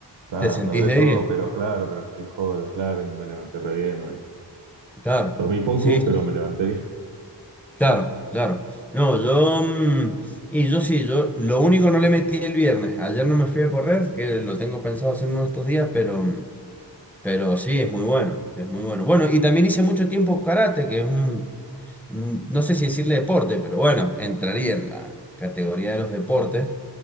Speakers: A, on the right; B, in the centre.
A: nada,
B: Te sentís
A: me duele
B: de
A: todo,
B: diez
A: pero claro, pero estoy joda, claro, y me levanté re bien hoy.
B: Claro,
A: Dormí poco,
B: sí, sí,
A: pero
B: sí,
A: me levanté <laughs>
B: claro, claro. No, yo, mm, y yo sí, yo, lo único no le metí el viernes. Ayer no me fui a correr, que lo tengo pensado hacer uno de estos días, pero, mm, pero sí, es muy bueno, es muy bueno. Bueno, y también hice mucho tiempo karate, que es un, mm, no sé si decirle deporte, pero bueno, entraría en la categoría de los deportes.